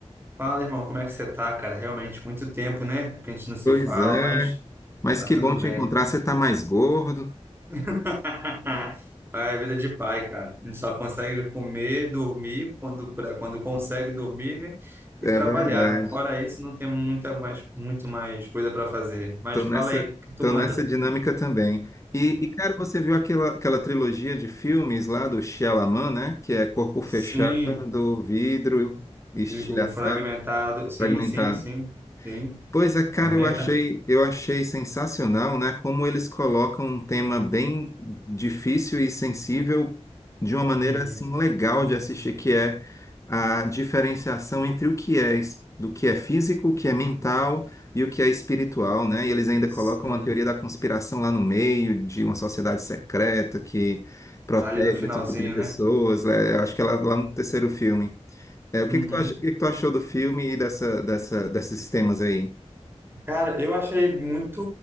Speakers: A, on the right (about 20°); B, on the left (about 25°).
A: Fala, irmão, como é que você tá, cara? Realmente, muito tempo, né? Que a gente não se
B: Pois
A: fala,
B: é.
A: mas
B: Mas
A: tá
B: que
A: tudo
B: bom te
A: bem.
B: encontrar. Você tá mais gordo.
A: <laughs> É vida de pai, cara. A gente só consegue comer, dormir, quando, quando consegue dormir, né? E
B: É
A: trabalhar.
B: verdade.
A: Fora isso, não tem muita mais, muito mais coisa para fazer. Mas
B: Tô
A: fala
B: nessa,
A: aí, o que tu
B: tô
A: manda?
B: nessa dinâmica também. E, e, cara, você viu aquela, aquela trilogia de filmes lá do Shyamalan, né? Que é Corpo Fechado,
A: Sim,
B: Vidro, Estilhaçado,
A: e o fragmentado. Sim,
B: Fragmentado.
A: sim, sim, sim.
B: Pois é, cara,
A: A Meca.
B: eu achei, eu achei sensacional, né? Como eles colocam um tema bem difícil e sensível de uma maneira
A: Uhum.
B: assim legal de assistir, que é a diferenciação entre o que é es- do que é físico, o que é mental e o que é espiritual, né? E eles ainda
A: Sim.
B: colocam a teoria da conspiração lá no meio, de uma sociedade secreta que protege
A: Ali no finalzinho,
B: esse tipo de pessoas,
A: né?
B: né? Eu acho que é lá, lá no terceiro filme. É, o
A: Uhum.
B: que que tu acha, o que que tu achou do filme e dessa, dessa, desses temas aí?
A: Cara, eu achei muito